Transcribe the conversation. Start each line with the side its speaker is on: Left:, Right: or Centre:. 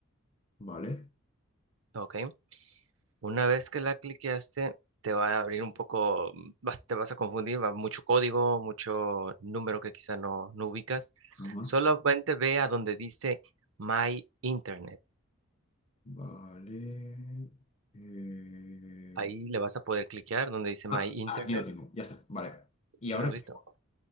Left: Vale.
Right: ¿ok? Una vez que la cliqueaste, te va a abrir un poco, mm, vas- te vas a confundir, va mucho código, mucho número que quizá no, no ubicas.
Left: Ajá.
Right: Solamente ve a donde dice My Internet.
Left: Vale. eh,
Right: Ahí le vas a poder cliquear donde dice My
Left: Ah,
Right: Internet.
Left: aquí lo tengo. Ya está. Vale. Y ahora
Right: ¿Sí lo has
Left: tengo.
Right: visto?